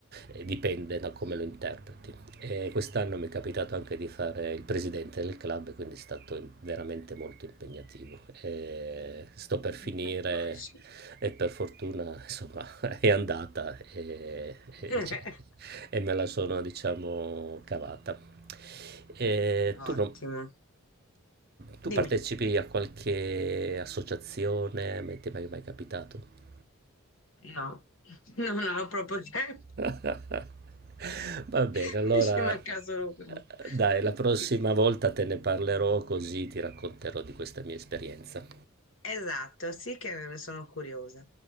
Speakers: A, on the right; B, on the left.
A: Eh, dipende da come lo interpreti. E quest'anno mi è capitato anche di fare il presidente del club, quindi è stato in- veramente molto impegnativo. E sto per finire
B: Immagino.
A: e per fortuna, insomma, <laughs> è andata e,
B: <laughs>
A: e- e- e me la sono, diciamo, cavata. E
B: Ottimo.
A: tu, non- tu
B: Dimmi.
A: partecipi a qualche associazione? Mai- Ti è mai mai capitato?
B: No, <laughs> non ho proprio tempo.
A: <laughs> Va bene,
B: <laughs>
A: allora
B: Ci manca
A: eh,
B: solo questo.
A: dai, la prossima
B: Sì.
A: volta te ne parlerò così ti racconterò di questa mia esperienza.
B: Esatto, sì che ne sono curiosa.